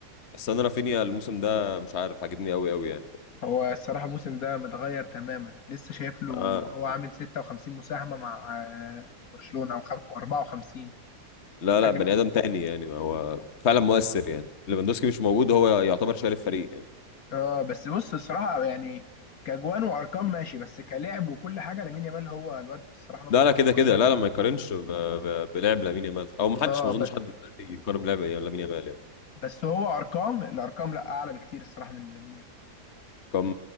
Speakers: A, on the left; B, on the left.
A: بس انا رافينيا الموسم ده مش عارف عاجبني قوي قوي يعني
B: هو الصراحة الموسم ده متغير تماما لسه شايف له
A: آه.
B: إن هو عامل 56 مساهمة مع آه، برشلونة أو خم- أو 54
A: لا
B: حاجة
A: لا بني
B: كده
A: ادم تاني يعني هو فعلا مؤثر يعني ليفاندوسكي مش موجود هو يعتبر شايل الفريق يعني
B: اه بس بص الصراحة يعني كأجوان وأرقام ماشي بس كلاعب وكل حاجة لامين يامال هو الواد الصراحة
A: لا
B: نمبر
A: لا
B: 1
A: كده
B: في برشلونة
A: كده لا
B: دلوقتي
A: لا ما يقارنش ب- ب- بلعب لامين يامال او ما حدش
B: اه
A: ما اظنش
B: ب-
A: حد دلوقتي يقارن بلعب لامين يامال يعني
B: بس هو أرقام الأرقام لا أعلى بكتير الصراحة من لامين يامال
A: كم